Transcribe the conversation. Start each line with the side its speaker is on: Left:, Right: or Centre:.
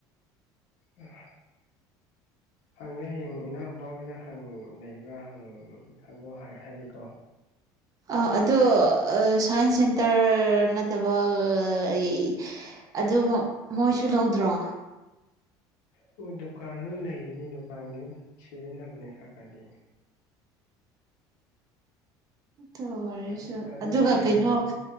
Left: ꯎꯝ ꯍꯪꯒꯦ ꯍꯌꯦꯡ ꯏꯅꯥꯎ ꯅꯨꯨꯄꯥꯅꯪ ꯂꯩꯕ꯭ꯔꯥꯪꯉ ꯍꯪꯉꯣ ꯍꯥꯏꯒꯦꯀꯣ
Right: ꯑ ꯑꯗꯣ ꯁꯥꯏꯟꯁ ꯁꯦꯟꯇꯔ ꯅꯠꯇꯕ ꯑꯩ ꯑꯗꯨ ꯃꯣꯏꯁꯨ ꯂꯧꯗ꯭ꯔꯣ
Left: ꯍꯣꯏ ꯗꯨꯀꯥꯟ ꯂꯣꯏ ꯂꯩꯗꯨꯗꯤ ꯗꯨꯀꯥꯟꯒꯤ ꯑꯗꯨꯝ ꯁꯤꯖꯤꯟꯅꯕꯅꯦ ꯈꯔ ꯈꯔꯗꯤ
Right: ꯊꯣꯏꯔꯁꯨ
Left: ꯑꯗꯨ ꯑꯗꯨꯗ
Right: ꯑꯗꯨꯒ
Left: ꯍꯥꯏꯇꯥꯔꯗꯤ
Right: ꯀꯩꯅꯣ